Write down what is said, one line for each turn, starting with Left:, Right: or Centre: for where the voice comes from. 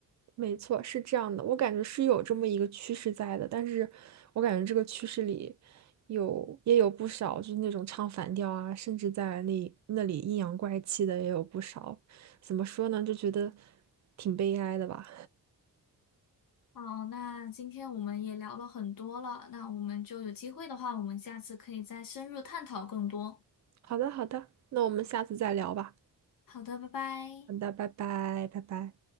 Right: 没错，是这样的，我感觉是有这么一个趋势在的，但是我感觉这个趋势里有也有不少，就是那种唱反调啊，甚至在那那里阴阳怪气的也有不少。怎么说呢，就觉得挺悲哀的吧。
Left: 好，那今天我们也聊了很多了，那我们就有机会的话，我们下次可以再深入探讨更多。
Right: 好的，好的，那我们下次再聊吧。
Left: 好的，拜拜。
Right: 好的，拜拜，拜拜。